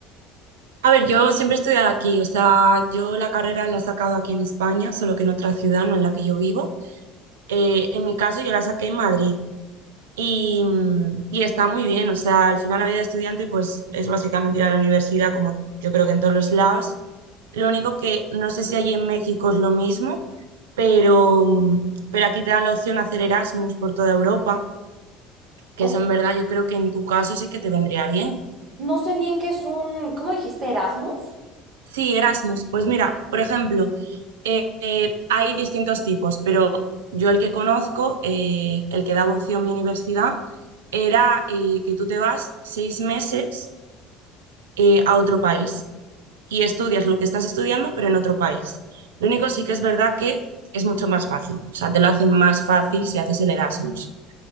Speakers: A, on the right (about 70°); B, on the right (about 50°).
A: A ver, yo siempre he estudiado aquí, o sea, yo la carrera la he sacado aquí en España, solo que en otra ciudad, no en la que yo vivo. Eh, en mi caso, yo la saqué en Madrid y, mm, y está muy bien, o sea, al final la vida de estudiante pues es básicamente ir a la universidad, como yo creo que en todos los lados. Lo único que no sé si allí en México es lo mismo, pero, mm, pero aquí te dan la opción a hacer Erasmus por toda Europa. que
B: O-
A: eso en verdad yo creo que en tu caso sí que te vendría bien.
B: no sé bien qué es un, ¿cómo dijiste? Erasmus.
A: Sí, Erasmus, pues mira, por ejemplo, eh, eh, hay distintos tipos, pero yo el que conozco, eh, el que daba opción mi universidad, era eh, que tú te vas seis meses eh, a otro país y estudias lo que estás estudiando, pero en otro país. Lo único sí que es verdad que es mucho más fácil, o sea, te lo hacen más fácil si haces el Erasmus.